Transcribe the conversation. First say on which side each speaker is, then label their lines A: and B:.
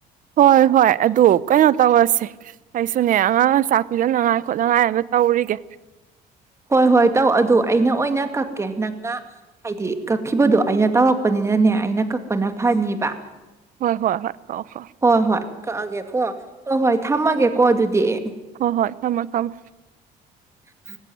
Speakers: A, on the right; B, on the right.
A: ꯍꯣꯏ ꯍꯣꯏ ꯑꯗꯨ ꯀꯩꯅꯣ ꯇꯧꯔꯁꯦ ꯑꯩꯁꯨꯅꯦ ꯑꯉꯥꯡ ꯆꯥꯛ ꯄꯤꯖꯅꯉꯥꯏ ꯈꯣꯠꯅꯉꯥꯏ ꯑꯃ ꯇꯧꯔꯤꯒꯦ
B: ꯍꯣꯏ ꯍꯣꯏ ꯇꯧ ꯑꯗꯨ ꯑꯩꯅ ꯑꯣꯏꯅ ꯀꯛꯀꯦ ꯅꯪꯅ ꯍꯥꯏꯗꯤ ꯀꯛꯈꯤꯕꯗꯣ ꯑꯩꯅ ꯇꯧꯔꯛꯄꯅꯤꯅꯅꯦ ꯑꯩꯅ ꯀꯛꯄꯅ ꯐꯅꯤꯕ
A: ꯍꯣꯏ ꯍꯣꯏ ꯍꯣꯏ ꯀꯥꯎ ꯀꯣ
B: ꯍꯣꯏ ꯍꯣꯏ ꯀꯛꯑꯒꯦꯀꯣ ꯑ ꯍꯣꯏ ꯊꯝꯃꯒꯦꯀꯣ ꯑꯗꯨꯗꯤ ꯐ
A: ꯍꯣꯏ ꯍꯣꯏ ꯊꯝꯃꯣ ꯊꯝꯃꯣ
B: ꯐ